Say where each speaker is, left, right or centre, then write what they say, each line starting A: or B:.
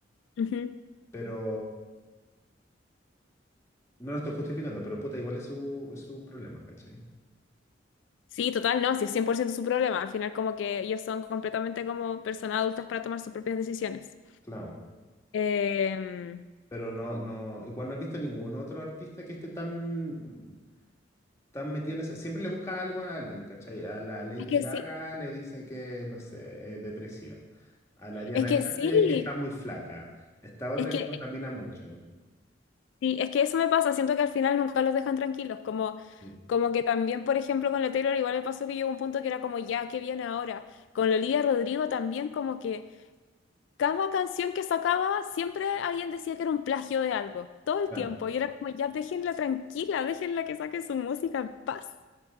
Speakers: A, on the left (about 80°); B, on the left (about 15°).
A: Ujú.
B: Pero no lo estoy justificando, pero puta, igual es su, es su problema, ¿cachai?
A: Sí, total, no, sí, es 100% su problema. Al final, como que ellos son completamente como personas adultas para tomar sus propias decisiones.
B: Claro.
A: Em,
B: Pero no, no, igual no he visto ningún otro artista que esté tan están metidos en esa- Siempre le busca algo a alguien, ¿cachai? A la Lady
A: es que
B: Gaga
A: sí,
B: le dicen que, no sé, es depresiva. A la Ariana
A: es que
B: Grande
A: sí,
B: que está muy flaca. Esta otra
A: es que...
B: que contamina mucho.
A: Sí, es que eso me pasa, siento que al final nunca los dejan tranquilos, como,
B: Sí.
A: como que también, por ejemplo, con la Taylor igual me pasó que llegó un punto que era como, ya, ¿qué viene ahora? Con la Olivia Rodrigo también como que cada canción que sacaba siempre alguien decía que era un plagio de algo, todo el
B: Ah,
A: tiempo, y era como, ya, déjenla tranquila, déjenla que saque su música en paz.